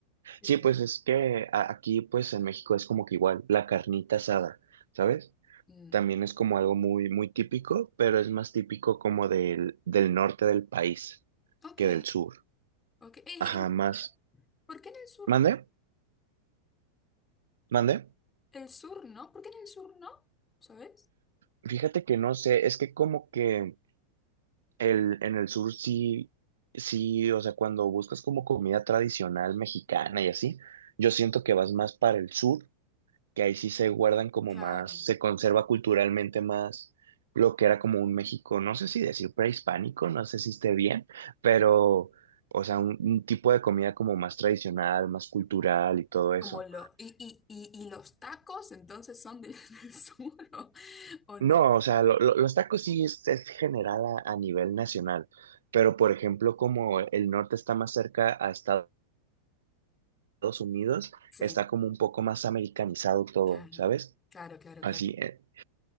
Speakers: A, on the left; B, on the right.
A: Eh,
B: Sí, pues es que a- aquí, pues en México es como que igual, la carnita asada, ¿sabes?
A: mm,
B: También es como algo muy, muy típico, pero es más típico como del, del norte del país
A: ok,
B: que del sur.
A: ok. Eh, eh,
B: Ajá, más.
A: ¿por qué en el sur
B: ¿Mande?
A: no?
B: ¿Mande?
A: El sur no, ¿por qué en el sur no? ¿Sabes?
B: Fíjate que no sé, es que como que el, en el sur sí, sí, o sea, cuando buscas como comida tradicional mexicana y así, yo siento que vas más para el sur, que ahí sí se guardan como
A: Claro.
B: más, se conserva culturalmente más lo que era como un México, no sé si decir prehispánico, no sé si esté bien, pero, o sea, un un tipo de comida como más tradicional, más cultural y todo eso.
A: Como lo, y, y, y, y los tacos entonces son del, <laughs> del sur, ¿o, o
B: No,
A: no?
B: o sea, lo- lo- los tacos sí es, es general a, a nivel nacional, pero por ejemplo, como el norte está más cerca a Estados Unidos,
A: Sí,
B: está como un poco más americanizado todo,
A: claro,
B: ¿sabes?
A: claro, claro,
B: Así,
A: claro.
B: eh,